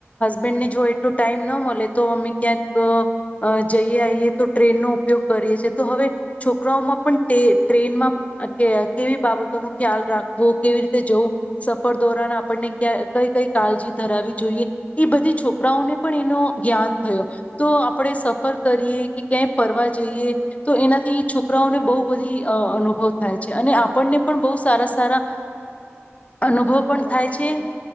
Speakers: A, on the left; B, on the left.
A: હસબેન્ડને જો એટલો ટાઈમ ના મળે તો અમે ક્યાંક જઈએ આઈએ તો ટ્રેનનો ઉપયોગ કરીએ છી તો હવે છોકરાઓમાં પણ ટ્રેનમાં કે કેવી બાબતો ન ખ્યાલ રાખવો કેવી રીતે જવું, સફર દોરાન આપણને ક્યા કઈ કઈ કાળજી ધરાવી જોઈએ, એ બધી છોકરાઓને પણ એનો જ્ઞાન થયો, તો આપણે સફર કરીએ કે ક્યાંય ફરવા જઈએ, તો એનાથી છોકરાઓને બહુ બધી અનુભવ થાય છે અને આપણને પણ બહુ સારા સારા અનુભવ
B: અનુભવો
A: પણ થાય
B: થતા
A: છે,
B: રહે